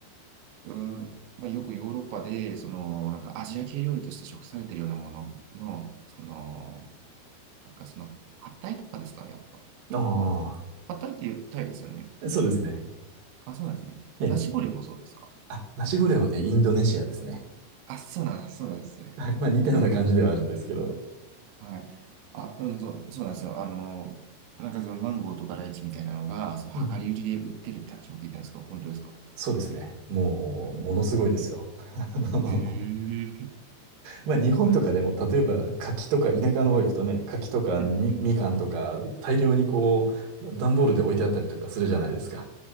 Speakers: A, on the right; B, on the right.
A: うん、まあ、よくヨーロッパで、その、なんかアジア系料理として食されてるようなものの、その、なんかその、パッタイとかですかね、やっぱ。
B: うん。あ
A: パッタイっていうタイですよね。
B: あ、そうですね。
A: あ、そうなんですね。
B: ええ。
A: ナシゴレンもそうですか。
B: あ、ナシゴレンはね、インドネシアですね。
A: あ、そうなんです、そうなんですね。
B: はい。まあ似たような感じではあるんですけど。
A: はい。あ、うん、そう、そうなんですよ。あの、なんかそのマンゴーとかライチみたいなのが、その量り売りで売ってるって話も聞いたんですけど、
B: うん。
A: 本当ですか
B: そうですね。もう、
A: はい。
B: ものすごいですよ。<laughs> あの、
A: へえー、<laughs>
B: まあ日本とかでも、
A: そうなんです。
B: 例えば柿とか、
A: うん。
B: 田舎の方行くとね、柿とかみ、
A: うん。
B: みかんとか、大量にこう、段ボールで置いてあったりとかするじゃないですか。